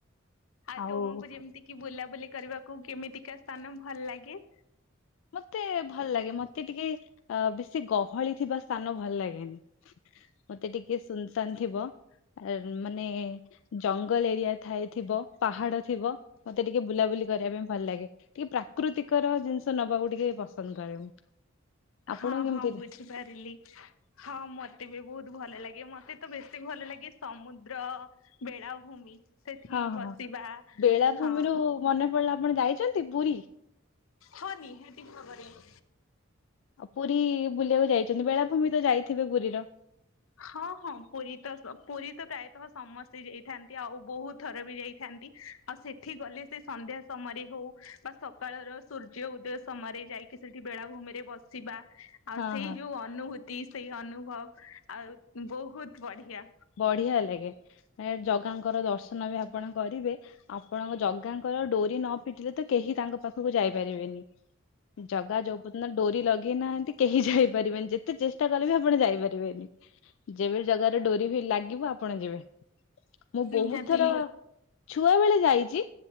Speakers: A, on the left; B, on the left.
A: ଆ
B: ଆଉ
A: ଟୁମକୁ ଯେମିତି କିି, ବୁଲାବୁଲି କରିବାକୁ କେମିତିକା ସ୍ଥାନ ଭଲ ଲାଗେ?
B: ମତେ ଭଲ ଲାଗେ ମତେ ଟିକେ ଅ ବେଶୀ ଶି ଗହଳି ଥିବା ସ୍ଥାନ ଭଲ ଲାଗେନି ମତେ ଟିକେ ସୁନସାନ ଥିବ। ଆ ମାନେ ଜଙ୍ଗଲ ଏରିଆ ଥାଏ ଥିବ ପାହାଡ ଥିବ। ମତେ ଟିକେ ବୁଲାବୁଲି କରିବା ପାଇଁ ଭଲ ଲାଗେ ଟିକେ ପ୍ରାକୃତିକର ଜିନିଷ ନବାକୁ ଟିକେ ପସନ୍ଦ କରେ ମୁଁ। ଆପଣ
A: ହଁ
B: କେମିତି
A: ହଁ ବୁଝିପାରିଲି ହଁ ମତେ ବି ବହୁତ ଭଲ ଲାଗେ ମତେ ତ ବେଶୀ ଭଲ ଲାଗେ ସମୁଦ୍ର ବେଳାଭୂମି। ସେଠି
B: ହଁ ହଁ
A: ବସିବା
B: ବେଳାଭୂମିରୁ
A: ହଁ।
B: ମନେ ପଡିଲା ଆପଣ ଯାଇଛନ୍ତି ପୁରୀ?
A: ହଁ ନିହାତି ଭାବରେ। <inaudible>
B: ପୁରୀ ବୁଲିବାକୁ ଯାଇଛନ୍ତି ବେଳାଭୂମି ତ ଯାଇଥିବେ ପୁରୀର?
A: ହଁ ହଁ ପୁରୀ ତ ପୁରୀ ତ ପ୍ରାୟତଃ ସମସ୍ତେ ଯାଇଥାନ୍ତି ଆଉ ବହୁତ ଥର ବି ଯାଇଥାନ୍ତି। ଆଉ ସେଠି ଗଲେ ସେ ସନ୍ଧ୍ୟା ସମୟରେ ହଉ ବା ସକାଳର ସୂର୍ଯ୍ୟ ଉଦୟ ସମୟରେ ଯାଇ ଟିକେ ସେଠି ବେଳାଭୂମିରେ ବସିବା। ଆଉ
B: ହଁ
A: ସେଇ
B: ହଁ
A: ଯୋଉ ଅନୁଭୂତି ସେଇ ଅନୁଭବ ଆଉ ବହୁତ ବଢିଆ।
B: ବଢିଆ ଲାଗେ ଜଗାଙ୍କର ଦର୍ଶନ ବି ଆପଣ କରିବେ ଆପଣଙ୍କ ଜଗାଙ୍କ ଡୋରି ନ ଫିଟିଲେ ତ କେହି ତାଙ୍କ ପାଖକୁ ଯାଇପାରିବେନି। ଜଗା ଯଉପନ୍ତ ଡୋରି ଲଗେଇନାହାନ୍ତି କେହି ଯାଇ ଇ ପାରିବେନି ଯେତେ ଚେଷ୍ଟା କଲେବି ଆପଣ ଯାଇ ପାରିବେିନି ଯେବେ ଜଗାର ଡୋରି। ଯେବେ ଲାଗିବ ଆପଣ ଯିବେ ମୁଁ ବହୁତ
A: ନିହାତି
B: ଥର ଛୁଆ ବେଳେ ଯାଇଛି।